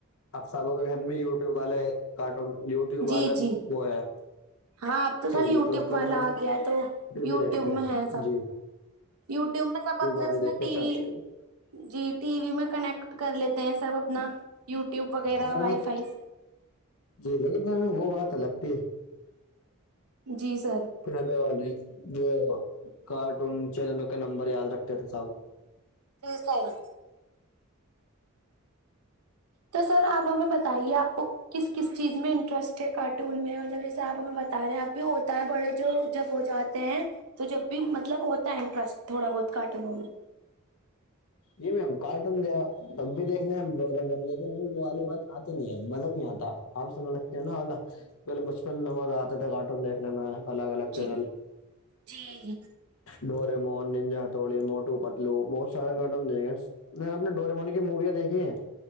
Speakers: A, on the left; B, on the right.
A: سب کے گھر میں یوٹیوب والے کارٹون یوٹیوب
B: جی
A: والا
B: جی
A: وہ ہے-
B: ہاں تو
A: ٹی
B: سر یوٹیوب
A: وی اس کے
B: پر
A: اندر
B: اگیا ہے تو یوٹیوب
A: ہی دیکھتے ہیں
B: میں ہے سب
A: جی
B: - یوٹیوب میں سب اپنے
A: والے
B: اس میں
A: دیکھ کے
B: ٹی
A: سرچ
B: وی- جی ٹی وی میں کنیکٹ کر لیتے ہیں سب اپنا یوٹیوب وغیرہ
A: بہت
B: وائی فائی-
A: جی لیکن وہ بات الگ پہ-
B: جی سر
A: پہلے وال جو کارٹون چینلوں کا نمبر یاد رکھتے تھے ساؤ-
B: جی ساری- تو سر آپ ہمیں بتائیے آپ کو- کس کس چیز میں انٹرسٹ ہے کارٹون میں مطلب جیسے آپ ہمیں بتا رہے ہیں اب بھی ہوتا ہے بڑے جو- جب ہو جاتے ہیں تو جب بھی مطلب ہوتا ہے انٹرسٹ تھوڑا بہت کارٹونوں میں-
A: جی میم کارٹون د تب بھی دیکھ ل گ لیکن والی بات آتی نہیں ہے مزہ نہیں آتا- آام سمجنے لگتے ہیں نا االا پہلے بچپن میں مزہ آتا تھاے کارٹون دیکھنے میں- الگ- الگ چینل,
B: جی جی
A: Doraemon, ninja, Hattori- Motu, Patlu بہت سارا گ- دیں گے میں آپ نے ڈورمونی کی موویاں دیکھی ہیں